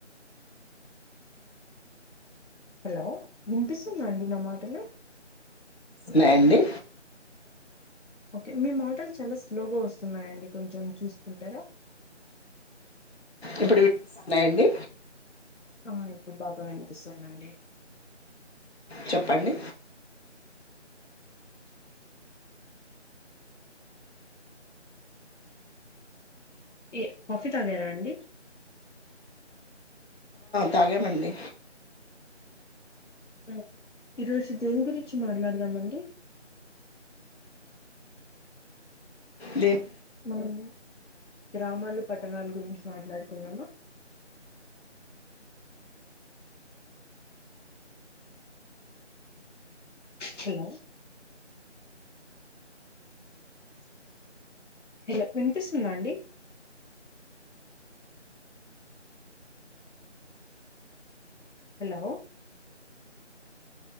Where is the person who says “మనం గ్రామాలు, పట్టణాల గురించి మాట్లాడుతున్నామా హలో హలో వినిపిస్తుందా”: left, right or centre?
Left